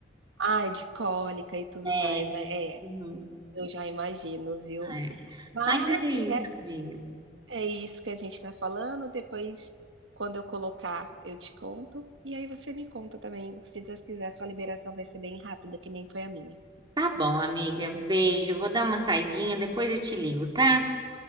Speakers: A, on the right; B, on the right.
A: Ai, de cólica e tudo
B: É.
A: mais, né. É,
B: Uhum,
A: eu já imagino, viu.
B: é.
A: Mas,
B: Mas é isso,
A: eh
B: amiga.
A: É isso que a gente está falando, depois quando eu colocar, eu te conto, e aí você me conta também, se Deus quiser, sua liberação vai ser bem rápida, que nem foi a minha.
B: Tá bom, amiga. Beijo. Eu vou dar uma saidinha, depois eu te ligo, tá?